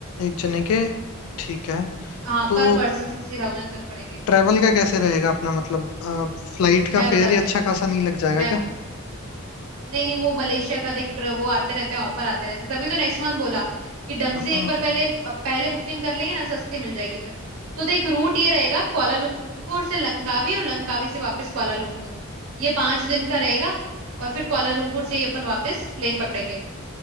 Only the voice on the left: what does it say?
एक जने के ठीक है
तो
ट्रेवल का कैसे रहेगा अपना मतलब फ्लाइट का
फेयर ही अच्छा
खासा नहीं लग जाएगा
क्या
हाँ